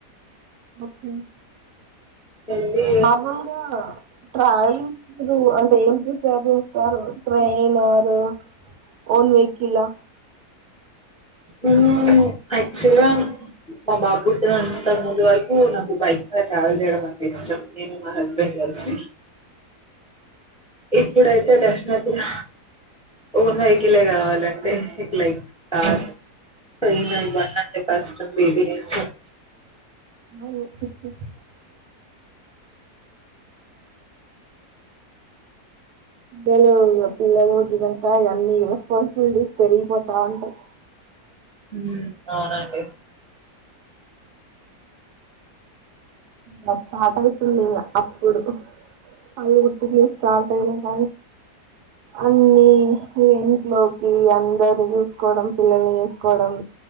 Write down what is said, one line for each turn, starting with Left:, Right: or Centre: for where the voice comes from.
Right: <unintelligible>
Centre: వెళ్ళి
Right: నార్మూల్గా ట్రావెలింగ్ ఏం చూశారు సారు ట్రైన్ ఆర్ ఓన్ వెహికలా
Centre: ఉమ్ యాక్చువల్ గా మా బాబు పుట్టనంత ముందు వరకు నాకు బైక్ మీద ట్రావెల్ చేయడం అంత ఇష్టం నేను మా హస్బెండ్ ఐ సి ఇప్పుడ ఎలక్షన్ అప్పుడు ఓన్ వైకిలే కావాలండి ఇ లైక్ కార్ ట్రయిన్ ఇవ్వన్డి అంటే కష్టం బేబీనిస్తుంది
Right: <unintelligible> <unintelligible> పల్స్ చూడు పెరిగిపోతా ఉంటాయి
Centre: హ్మ్మ్ అవునండి
Right: భర్త <unintelligible> అప్పుడు అది కుటి స్టార్ అయిన కా అన్ని ఇంక ఇంట్లోకి అందర్నీ చూసుకోవడం పిల్లల్ని చూసుకోవడం